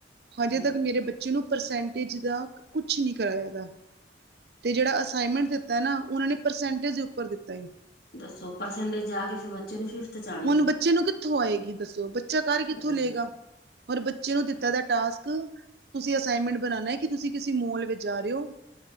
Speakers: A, on the right (about 65°); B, on the left (about 55°).
A: ਹਜੇ
B: ਹੂੰ-ਹੂੰ
A: ਤੱਕ ਮੇਰੇ ਬੱਚੇ ਨੂੰ ਪਰਸੈਂਟੇਜ ਦਾ ਕੁਛ ਨੀ ਕਰਾਇਆ ਦਾ ਤੇ ਜੇਹੜਾ ਅਸਾਈਨਮੈਂਟ ਦਿੱਤਾ ਨਾ ਉਹਨਾਂ ਨੇ ਪਰਸੈਂਟੇਜ ਦੇ ਉੱਪਰ ਦਿੱਤਾ ਏ।
B: ਦੱਸੋ ਪਰਸੈਂਟੇਜ ਜਾ ਕੇ ਫੇਰ ਬੱਚ ਚਲੋ ਫਿਫਥ ਚ ਆ
A: ਹੁਨ ਬੱਚੇ ਨੂੰ ਕਿੱਥੋਂ ਆਏਗੀ ਦੱਸੋ, ਬੱਚਾ ਕਰ ਕਿੱਥੋਂ
B: ਮੈਂ ਦੱਸੋ
A: ਲਏਗਾ ਹੋਰ ਬੱਚੇ ਨੂੰ
B: ਬਤਾਓ
A: ਦਿੱਤਾ ਦ ਟਾਸਕ ਤੁਸੀ ਅਸਾਈਮੈਂਟ ਬਨਾਨਾ ਕਿ ਤੁਸੀਂ ਕਿਸੀ ਮੋਲ ਵਿਚ ਜਾ ਰੇ ਔ।